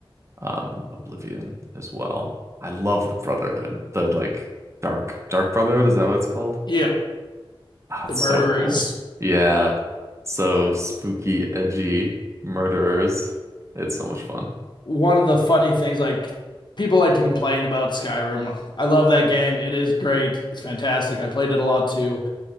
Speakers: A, on the right; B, on the left.
A: um, Oblivion as well. I love the Brotherhood. The like dark dark Brotherhood, is that what it's called?
B: Yep.
A: Ah,
B: The
A: it's
B: murderers.
A: so cool. Yeah. So spooky, edgy murderers. It's so much fun.
B: one of the funny things, like people like to complain about Skyrim. I love that game. It is great. It's fantastic. I played it a lot too.